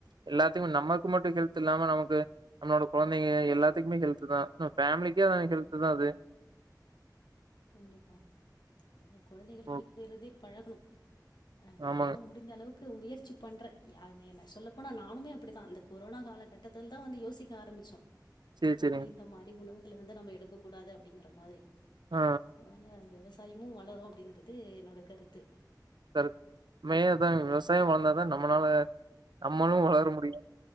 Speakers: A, on the right; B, on the left.
A: எல்லாத்துக்குமே நமக்கு மட்டு ஹெல்த் இல்லாம நமக்கு நம்மளோட குழந்தைங்க எல்லாத்துக்குமே ஹெல்து தான் ஃபேமிலிக்கே அதான் ஹெல்து தான் அது
B: கண்டிப்பா அத குழந்தைகளுக்கு
A: ஓ
B: இப்ப இருந்தே பழகணும் அஹ
A: ஆமாங்க.
B: நானும் முடிந்த அளவுக்கு முயற்சி பண்றேன் என் சொல்லப்போனா நானுமே அப்படிதான் அந்த கொரோனா காலகட்டத்தில் தான் வந்து யோசிக்க ஆரம்பிச்சோம்
A: சரி, சரிங்க.
B: அஹ் இந்த மாதிரி உணவு வந்து நம் எடுக்க கூடாது அப்டிங்கிற மாதிரி
A: ஆ
B: அதனால விவ சாயமு வளரு அப்டிங்கறது என்னோட கருத்து
A: <unintelligible> மேயதான் விவசாயொ வளந்தாதா நம்மனால நம்மளு வளர முடியு